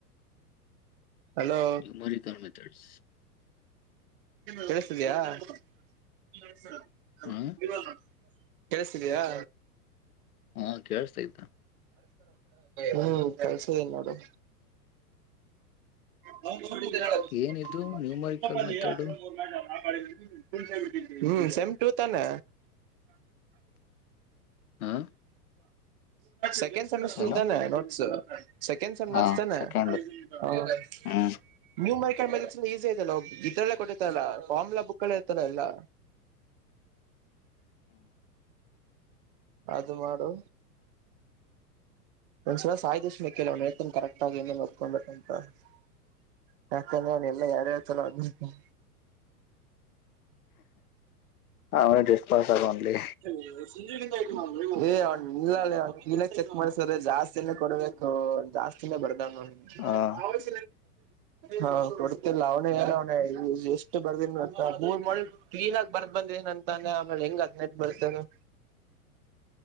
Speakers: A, on the right; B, on the left.
A: ಹಲೋ
B: ಈಗ್ ಮರಿತನ <unintelligible>
A: ಕೆಳಸ್ತಿದೆಯಾ <unintelligible>
B: ಹಾ
A: ಕೆಳಸ್ತಿದೆಯಾ.
B: ಹಾಂ ಕೆಳಸ್ತೈತಾ.
A: ಹ್ಮ್ ಕಳಸಿದಿನ್ ನೋಡು. <unintelligible>
B: ಏನಿದು ನ್ಯೂಮರಿಕಲ್ ಮೆಥಡ್
A: ಹ್ಮ್ ಸೇಮ್ ಟು ತಾನೆ.
B: ಹಾ
A: ಸೆಕೆಂಡ್ ಸೆಮಿಸ್ಟರ್
B: ಏನು
A: ತಾನೆ ನೊಟ್ಸು. ಸೆಕೆಂಡ್ ಸೇಮ್
B: ಹಾ
A: ನೋಟ್ಸ್ ಎನ್ ಹ್ <unintelligible>
B: ಸೆಕೆಂಡ್ ಹ್ಮ್
A: ನ್ಯೂ ಮೈಕಲ್ ಮೇಜಿಕ್ಸು <unintelligible> ಈಜಿ ಐತಲ್ಲೊ ಇದ್ರಲ್ಲೆ ಕೊಟ್ಟಿರತರಲ್ಲ ಫಮ್ಲಾ ಬುಕ್ಕಲ್ಲಿ ಐತಲ ಎಲ್ಲಾ.
B: <inaudible>
A: ಅದು ಮಾಡು. ಒಂದ್ಸಲ ಸಾಯಿ ಜೆಸ್ಮಿಕ್ ಕೇಳ್ ಅವನ್ ಹೇಳ್ತಾನ ಕರೆಕ್ಟಾಗಿ ಏನೇನ್ ನೋಡ್ಕೊಂಡ್ ಬಿಡ್ತಾನ್ ಹ <unintelligible> ಯಾಕಂದ್ರೆ ಅವನ್ ಎಲ್ಲ ಎರಡ್ ಎರಡ್ ಸಲ ಓದಿರ್ತಾನ.
B: ಅವ್ನು ಜಸ್ಟ್ ಪಾಸ್ ಆಗೋನ್ಲೆ.
A: <unintelligible> ಏ ಅವ್ನ <unintelligible> ಹಿನಾ ಚೆಕ್ ಮಾಡ್ಸರೆ ಜಾಸ್ತಿನೆ ಕೊಡ್ಬೇಕ್. ತೋ ಜಾಸ್ತಿನೆ ಬರ್ದಾನ ಅವ್ನ <unintelligible>
B: ಹಾ <inaudible>
A: ಹಾ ಕೊಡ್ತಿಲ್ಲ ಅವನೇ ಹೇಳೋನೆ ಇದು ಎಷ್ಟು ಬರದಿನ ನಾ ಮೂರ್ ಮಾಡ ಕ್ಲೀನ್ ಆಗ ಬರ್ <unintelligible> ಬಂದ ಏನ ಅಂದ್ರೆ ಆಮೇಲೆ ಹೆಂಗ್ದ್ನೈ ಬರ್ತೇನು